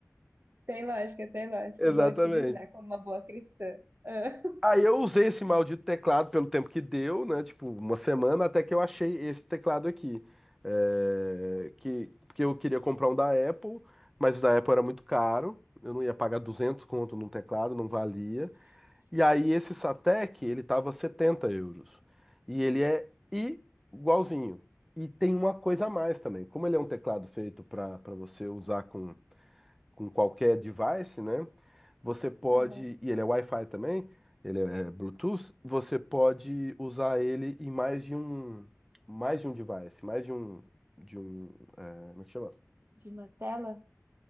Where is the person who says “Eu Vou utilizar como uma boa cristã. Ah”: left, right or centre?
Right